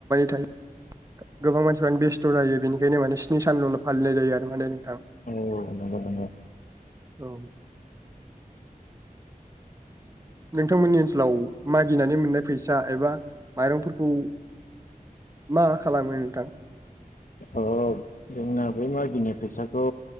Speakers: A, on the right; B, on the left.
A: थायो गोबां मानसिफ्रानो बेस्थ' जायो बेनि बेनि माने स्नि सानल' फालिनाय जायो आरो माने नोंथां
B: औ नंगौ नंगौ
A: औ नोंथांमोननि ओनसोलाव मागिनानै मोननाय फैसा एबा माइरंफोरखौ मा खालामो नोंथां?
B: अ जोंना बे मागिनाय फैसाखौ